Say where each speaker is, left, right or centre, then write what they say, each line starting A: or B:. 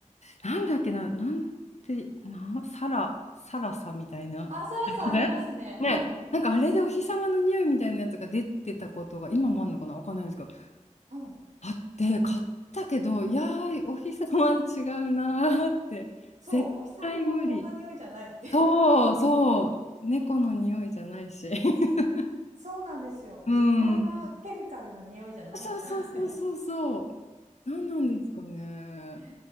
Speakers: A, on the left; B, on the right.
A: なんだっけな、なんて、な、サラ、サラサみたいな。ありませんね、
B: あ、サラサありますね。はい。
A: なんかあれでお日様の匂いみたいなやつが出てたことが、今もあるのかな、わかんないんですけど、
B: うん。
A: あって、買ったけど、いやー、お日様は違うなーって、
B: そう、
A: 絶対無理。
B: お日様はこんな匂いじゃないって。
A: そう、そう。猫の匂いじゃないし。<laughs>
B: <laughs> そうなんですよ。
A: うん。
B: こんなケミカルな匂いじゃないって。
A: そうそうそうそうそう。
B: <laughs>
A: 何なんですかね。
B: ねえ